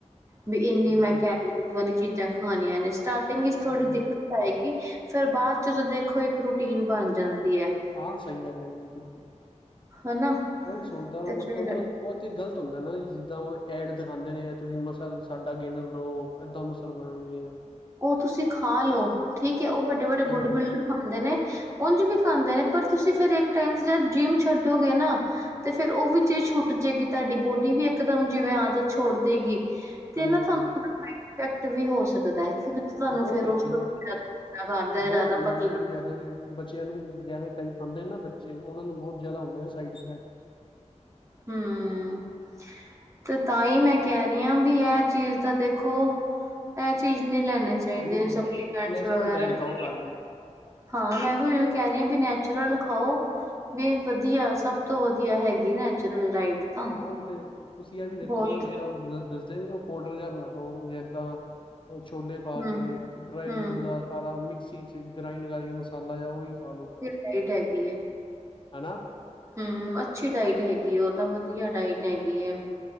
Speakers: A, on the right; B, on the left.
A: ਵੀ ਇੰਨੀ
B: ਬਿਲਕੁਲ
A: ਮੈ ਕੈਲੋਰੀ ਵਾਲੀ ਚੀਜ਼ਾਂ ਖਾਣੀਆਂ ਨੇ ਸਟਾਰਟਿੰਗ ਵਿਚ ਥੋੜੀ
B: ਹਾਂਜੀ ਹਾਂਜੀ
A: ਦਿੱਕਤ। ਆਏਗੀ ਫੇਰ ਬਾਦ ਚ ਦੇਖੋ ਇੱਕ ਰੂਟੀਨ ਬਣ ਜਾਂਦੀ ਹੈ।
B: ਹਾਂ ਸਹੀ ਗੱਲ ਹੈ ਜੀ ਬਿਲਕੁਲ
A: ਹਨਾ
B: ਉਹਹੀ ਸੋਚਦਾ ਵਾ
A: ਤੇ
B: ਮਤਲਬ
A: ਫਿਰ
B: ਉਹ। ਉਹ ਚ ਗ਼ਲਤ ਹੁੰਦਾ ਨਾ ਜਿੱਦਾਂ ਉਹ ਐਡ ਦਿਖਾਦੇ ਨੇ, ਤੁਸੀਂ ਮਸਲ ਸਾਡਾ ਗਿਨਰ ਲਓ। ਏਦਾਂ ਮਸਲ ਬਣਨਗੇ
A: ਉਹ ਤੁਸੀਂ ਖਾ ਲਓ ਠੀਕ ਹੈ, ਉਹ ਵੱਡੇ ਵੱਡੇ
B: ਹਾਂਜੀ
A: ਬੋਡੀ ਬਿਲਡਰ। ਖਾਂਦੇ ਨੇ ਉਝ ਵੀ ਖਾਂਦੇ ਨੇ ਪਰ ਤੁਸੀਂ ਫੇਰ ਇੱਕ ਟਾਈਮ ਜ ਜਿੰਮ ਛੱਡੋਗੇ ਨਾ। ਤੇ ਫੇਰ ਉਹ ਵਿ ਚੇ ਛੁੱਟ ਜੇਗੀ ਤੁਹਾਡੀ ਬੋਡੀ ਵੀ ਇਕ ਦਮ ਜਿਵੇਂ ਆਦਤ ਛੋੜ ਦੇਗੀ। ਤੇ
B: ਹਾਂਜੀ
A: ਨਾ
B: ਹਾਂਜੀ
A: ਤੁਹਾਨੂੰ ਉਹਦਾ ਸਾਈਡ ਇਫੈਕਟ ਵੀ ਹੋ ਸਕਦਾ ਹੈ ਕਿ। ਤੁਹਾਨੂੰ
B: ਹਾਂ ਉਹ
A: ਫੇਰ
B: ਤੇ ਹੈ
A: ਉਸ
B: ਹੀ
A: ਤੋਂ ਬਾਦ ਕਰਦਾ
B: ਬਹੁਤ
A: ਜ਼ਿਆਦਾ
B: ਹੁੰਦੇ
A: ਪਤਲਾ।
B: ਨੇ ਜੀ ਵੈਸੇ ਬੱਚਿਆਂ ਨੂੰ ਵੀ ਜਿਵੇਂ ਕਈ ਖਾਂਦੇ ਨੇ ਨਾ ਬੱਚੇ ਉਹਨਾਂ ਨੂੰ ਬੋਤ ਜਿਆਦਾ ਹੁੰਦੇ ਨੇ ਸਾਈਡ ਇਫੈਕਟ।
A: ਹਮ। ਤੇ ਤਾਂ ਹੀ ਮੈਂ ਕੈ ਰਹੀ ਹਾਂ ਵੀ ਇਹ ਚੀਜ਼ ਤਾਂ ਦੇਖੋ। ਐਹ ਚੀਜ਼ ਨਹੀਂ ਲੈਣੇ ਚਾਈਦੇ
B: ਤਾਂਹੀਓ
A: ਸਪਲੀਮੈਂਟਸ
B: ਨੈਚੁਰਲ
A: ਵਗੈਰਾ
B: ਡਾਇਟ ਖਾਓ
A: ਜੇ।
B: ਘਰ ਦੀ
A: ਹਾਂ ਮੈਂ ਵੀ ਓਈ ਓ ਕੈ ਰਹੀ ਹਾਂ ਵੀ ਨੈਚੁਰਲ ਖਾਓ। ਵੀ ਵਧੀਆ ਸਭ ਤੋਂ ਵਧੀਆ ਹੈਗੀ ਨੈਚੁਰਲ ਡਾਇਟ। ਤਾਂ
B: ਹਾਂ ਉਹੀ ਤੇ ਤੁਸੀਂ ਇਹ ਵੀ ਦੇੇਖੋ
A: ਬਹੁਤ
B: ਨਾ, ਜੇੜਾ ਉਹ ਦੱਸਦੇ ਪੋਡਰ ਜਿਹਾ ਬਣਾ ਲਓ ਇਦਾਂ। ਉਹ ਛੋਲੇ ਪਾ
A: ਹੂੰ
B: ਕੇ ਡਰਾਈ
A: ਹੂੰ
B: ਫਰੂਟ ਦਾ ਸਾਰਾ ਮਿਕਸੀ ਚ ਗ੍ਰਾਇੰਡ ਕਰਕੇ। ਮਸਾਲਾ ਜਿਹਾ ਉਹੀ ਖਾਲੋ।
A: ਫਿਰ ਡਾਇਟ ਹੈਗੀ।
B: ਹਨਾ।
A: ਹਮ ਅੱਛੀ ਡਾਇਟ ਹੈਗੀ ਉਹ ਤਾਂ ਵਧੀਆ ਡਾਇਟ ਹੈਗੀ ਹੈ।